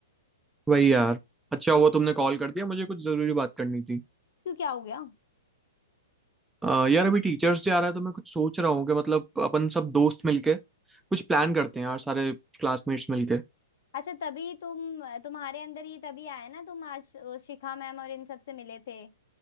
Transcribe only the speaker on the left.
तो
क्यों क्या हो गया
अच्छा तभी तुम तुम्हारे अंदर ये तभी आया ना तुम आज अ, शिखा मैम और इन सब से मिले थे